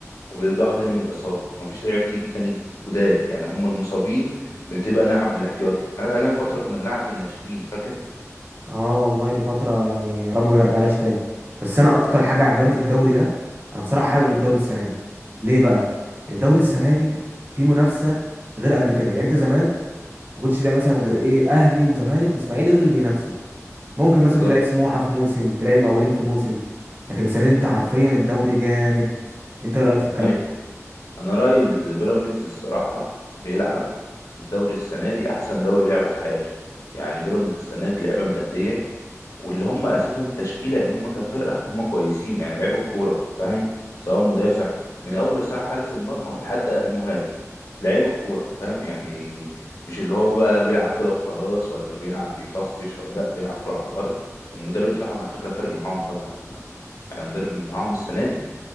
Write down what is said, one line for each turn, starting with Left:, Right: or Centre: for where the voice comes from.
Left: وبيرجعوا تاني من الاصابه ومفيش لعيبه بتيجي تاني جداد يعني هم المصابين بتبقى نلعب بالاحتياطي احنا اتعلمنا فتره كنا بنلعب بالناشئين فاكر
Right: اه والله دي فترة يعني يا رب ما نرجعلهاش تاني بس انا اكتر
Left: بز-
Right: حاجة عجباني في الدوري ده انا بصراحة حابب الدوري السنة دي ليه بقى الدوري السنة دي في منافسة غير قبل كده يعني انت زمان ما كنتش تلاقي مثلا غير ايه اهلي وزمالك واسماعيلي دول اللي بينافسوا ممكن مثلا
Left: بالظبط
Right: تلاقي سموحة في موسم تلاقي المقاولين في موسم لكن السنة دي انت حرفيا الدوري جامد انت ايه رأيك في الكلام
Left: ايوه
Right: ده
Left: انا رايي البيراميدز الصراحه بيلعب الدوري السنه دي احسن دوري لعبه في حياته يعني بيراميدز السنه دي لعبه مأديه واللي هم اساسا التشكيله يعني هم كفرقه هم كويسين يعني لعيب الكوره فاهم سواء مدافع من اول ساعه حارس المرمى لحد المهاجم لعيب الكوره فاهم يعني مش اللي هو بقى بيلعب كده وخلاص ولا بيلعب بيطفش ولا لا بيلعب كوره على الارض والمدرب بتاعهم على فكره فارق معاهم قوي على فكره يعني المدرب معاهم السنه دي